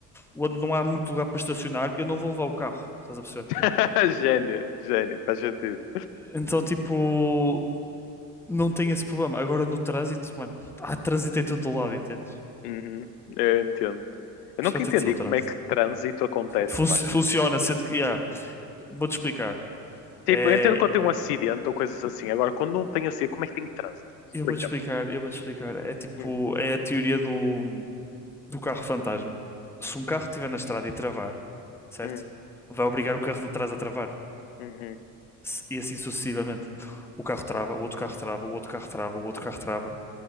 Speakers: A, in the centre; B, on the left.
A: onde não há muito lugar para estacionar, eu não vou levar o carro. Estás a perceber?
B: <laughs> Gênio, gênio, faz sentido.
A: Então, tipo, não tem esse problema. Agora no trânsito, mano, há trânsito em todo lado, entende?
B: Uhum, eu entendo. Eu
A: Por
B: nunca
A: isso vai ter
B: entendi
A: de ser o trânsito.
B: como é que trânsito acontece,
A: Fun-
B: mano.
A: funciona, sendo que, yeah, vou-te explicar.
B: Tipo,
A: É,
B: eu entendo quando tem um acidente ou coisas assim. Agora, quando não tem acidente, como é que tem trânsito? Explica-me.
A: eu vou-te explicar, eu vou-te explicar. É tipo,
B: Hum,
A: é a teoria do, do carro fantasma. Se um carro estiver na estrada e travar, certo?
B: hum.
A: Vai obrigar o carro de trás a travar.
B: Uhum.
A: Se- E assim sucessivamente. O carro trava, o outro carro trava, o outro carro trava, o outro carro trava,